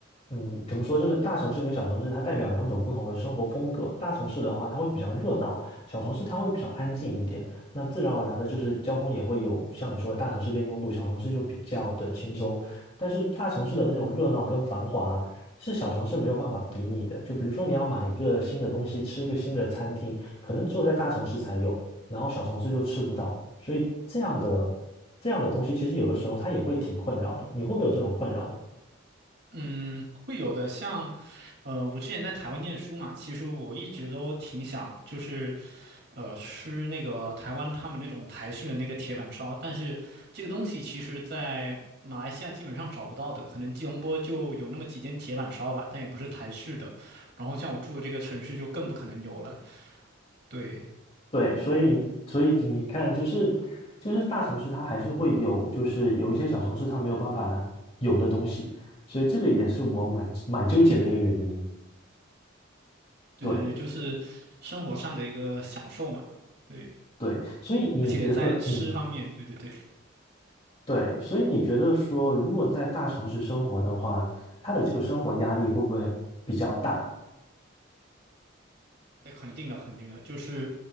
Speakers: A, on the left; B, on the right.
A: 嗯，怎么说，就是大城市跟小城市它代表两种不同的生活风格。大城市的话，它会比较热闹，小城市它会比较安静一点。那自然而然的，就是交通也会有像你说的大城市更拥堵，小城市就比较的轻松。但是大城市的那种热闹跟繁华啊是小城市没有办法比拟的。就比如说你要买一个新的东西，吃一个新的餐厅，可能只有在大城市才有。然后小城市就吃不到，所以这样的这样的东西，其实有的时候它也会挺困扰的。你会不会有这种困扰呢？
B: 嗯，会有的。像，呃，我之前在台湾念书嘛，其实我一直都挺想，就是呃，吃那个台湾他们那种台式的那个铁板烧，但是这个东西其实在马来西亚基本上找不到的，可能吉隆坡就有那么几间铁板烧吧，但也不是台式的。然后像我住的这个城市就更不可能有了。对，
A: 对，所以所以你看，就是就是大城市它还是会有，就是有一些小城市它没有办法有的东西，所以这个也是我蛮蛮纠结的一个原因。
B: 对对对，
A: 对
B: 就是生活上的一个享受嘛。对，
A: 对，所以你觉得，
B: 而且在吃方面，
A: 嗯，
B: 对对对，
A: 对，所以你觉得说，如果在大城市生活的话，他的这个生活压力会不会比较大？
B: 那肯定的，肯定的，就是